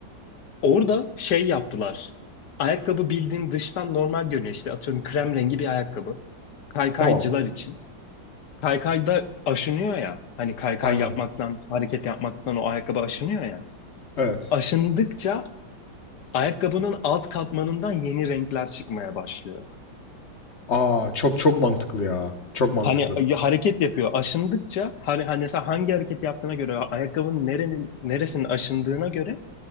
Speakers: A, on the left; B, on the left.
A: Orada şey yaptılar. Ayakkabı bildiğin dıştan normal görünüyor. İşte atıyorum krem rengi bir ayakkabı. Kaykaycılar
B: Tamam.
A: için. Kaykayda aşınıyor ya. Hani kaykay
B: Aynen.
A: yapmaktan, hareket yapmaktan o ayakkabı aşınıyor ya.
B: Evet.
A: Aşındıkça ayakkabının alt katmanından yeni renkler çıkmaya başlıyor.
B: A! Çok çok mantıklı ya. Çok mantıklı.
A: Hani ya hareket yapıyor. Aşındıkça hani, hani mesela hangi hareket yaptığına göre ayakkabının nerenin neresinin aşındığına göre